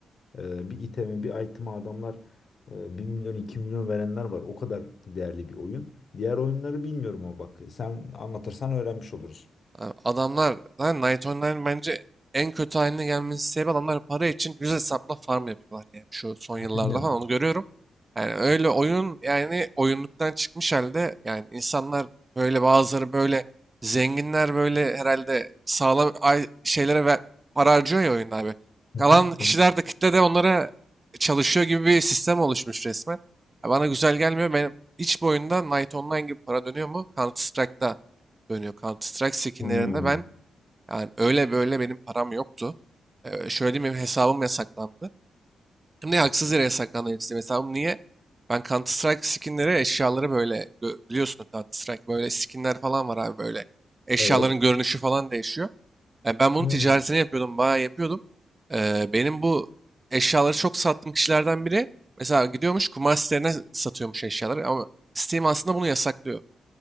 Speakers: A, on the left; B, on the right.
A: e, bir iteme bir item'a adamlar e, 1 milyon 2 milyon verenler var o kadar değerli bir oyun. Diğer oyunları bilmiyorum ama bak sen anlatırsan öğrenmiş oluruz.
B: Abi Adamlar lan Night Online bence en kötü haline gelmesi sebebi adamlar para için yüz hesapla farm yapıyorlar yani şu son yıllarda
A: Aynen.
B: falan onu görüyorum. Yani öyle oyun yani oyunluktan çıkmış halde yani insanlar böyle bazıları böyle zenginler böyle herhalde sağlam ay- şeylere ve para harcıyor ya oyunda abi.
A: <laughs>
B: Kalan kişiler de kitle de onlara çalışıyor gibi bir sistem oluşmuş resmen. Ya Bana güzel gelmiyor. Benim hiç bu oyunda Night Online gibi para dönüyor mu? Counter Strike'da dönüyor Counter Strike skinlerinde
A: Hmm,
B: ben yani öyle böyle benim param yoktu. Ee, şöyle diyeyim benim hesabım yasaklandı. Hem de haksız yere yasaklandı benim Steam hesabım. Niye? Ben Counter Strike skinleri eşyaları böyle gö- biliyorsun Counter Strike böyle skinler falan var abi böyle. Eşyaların
A: evet.
B: görünüşü falan değişiyor. Yani ben bunun
A: Hmm.
B: ticaretini yapıyordum bayağı yapıyordum. Ee, benim bu eşyaları çok sattığım kişilerden biri mesela gidiyormuş kumar sitelerine satıyormuş eşyaları ama Steam aslında bunu yasaklıyor